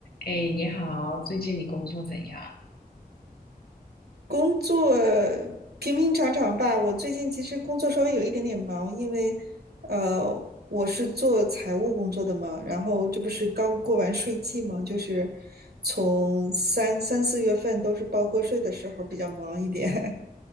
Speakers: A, on the left; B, on the right.
A: 哎，你好，最近你工作怎样？
B: 工作平平常常吧。我最近其实工作稍微有一点点忙，因为呃，我是做财务工作的嘛，然后这不是刚过完税季嘛，就是从三三四月份都是报个税的时候比较忙一点，